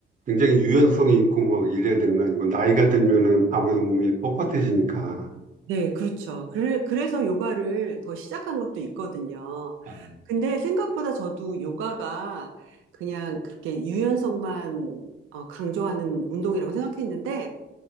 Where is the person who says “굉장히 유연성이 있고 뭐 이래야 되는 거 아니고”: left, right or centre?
Right